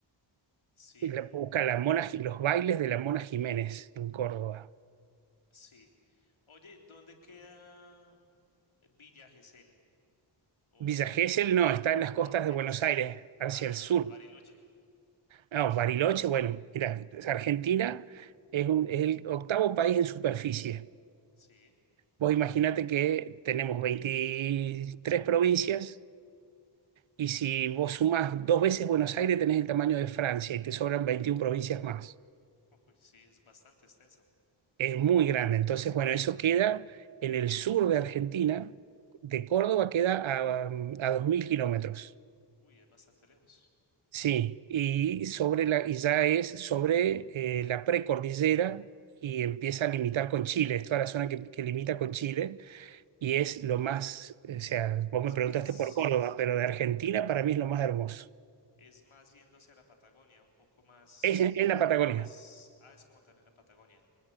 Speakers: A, on the left (about 75°); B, on the right (about 70°).
A: Sí,
B: Y la- busca la Mona, Ji- los bailes de la Mona Jiménez en Córdoba.
A: sí. Oye, ¿dónde queda Villa Gesell? O...
B: Villa Gesell
A: eh,
B: no, está en las costas
A: No, mentiras.
B: de Buenos Aires, hacia
A: Ah, no,
B: el
A: no,
B: sur.
A: no, Bariloche.
B: No, Bariloche, bueno, mira, Argentina es, un- es el octavo país en superficie.
A: Sí.
B: Vos imaginate que tenemos veintitrés provincias Y si vos sumás dos veces Buenos Aires, tenés el tamaño de Francia y te sobran 21 provincias más.
A: Uy, sí, es bastante extenso.
B: Es muy grande. Entonces, bueno, eso queda en el sur de Argentina. De Córdoba queda a, mm, a 2.000 kilómetros.
A: Uy, es bastante lejos.
B: Sí, y, sobre la, y ya es sobre eh, la precordillera y empieza a limitar con Chile. Es toda la zona que, que limita con Chile y es lo más, o sea, vos
A: Es
B: me preguntaste
A: más,
B: por Córdoba, pero de Argentina para mí es lo más hermoso.
A: es más yendo hacia la Patagonia, un poco más,
B: Es, es la Patagonia.
A: poco más, ah, es como tal en la Patagonia.